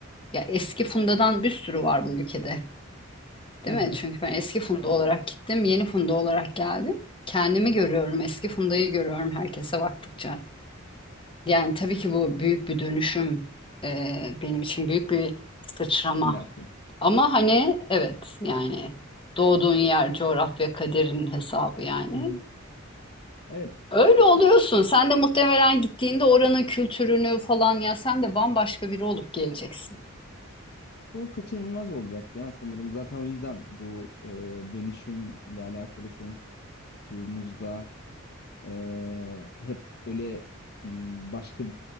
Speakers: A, on the left; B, on the left.
A: ya eski fundadan bir sürü var bu ülkede. Değil
B: <laughs>
A: mi? Çünkü ben eski Funda olarak gittim, yeni Funda olarak geldim. Kendimi görüyorum, eski Funda'yı görüyorum herkese baktıkça. Yani tabii ki bu büyük bir dönüşüm, e, benim için büyük bir sıçrama.
B: İlla ki.
A: Ama hani evet yani doğduğun yer coğrafya kaderin hesabı yani.
B: Hı hı. Evet.
A: Öyle oluyorsun. Sen de muhtemelen gittiğinde oranın kültürünü falan ya sen de bambaşka biri olup geleceksin.
B: Bu kaçınılmaz olacak ya sanırım. Zaten o yüzden bu e, dönüşümle alakalı konuştuğumuzda e, hep böyle m, başka